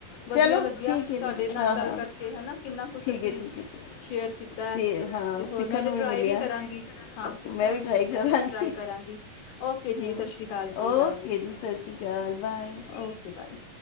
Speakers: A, on the left (about 70°); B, on the left (about 80°).
A: ਵਧੀਆ
B: ਚਲੋ
A: ਲੱਗਿਆ
B: ਠੀਕ
A: ਤੁਹਾਡੇ
B: ਹੈ ਜੀ
A: ਨਾਲ
B: ਹਾਂ
A: ਗੱਲ
B: ਹਾਂ
A: ਕਰਕੇ ਹੈਨਾ ਕਿੰਨਾ ਕੁਛ
B: ਠੀਕ
A: ਅਸੀਂ
B: ਹੈ ਠੀਕ ਹੈ ਜੀ
A: ਸ਼ੇਅਰ ਕੀਤਾ
B: ਸੀ
A: ਹੈ
B: ਹਾਂ
A: ਤੇ ਹੋਰ
B: ਸਿੱਖਣ
A: ਮੈਂ ਤੇ
B: ਨੂੰ
A: ਟਰਾਈ
B: ਮਿਲਿਆ
A: ਵੀ ਕਰਾਂਗੀ ਹਾਂ ਸਿੱਖਣ
B: ਮੈਂ
A: ਨੂੰ
B: ਟਰਾਈ
A: ਵੀ ਮਿਲਿਆ
B: ਕਰਾਂਗੀ
A: ਮੈਂ ਵੀ ਟਰਾਈ ਕਰਾਂਗੀ ਔਕੇ ਜੀ
B: ਹਾਂ
A: ਸਤਿ ਸ਼੍ਰੀ ਅਕਾਲ ਜੀ
B: ਓਕੇ
A: ਬਾਏ
B: ਜੀ ਸਤਿ ਸ਼੍ਰੀ ਅਕਾਲ ਬਾਏ
A: ਔਕੇ ਬਾਏ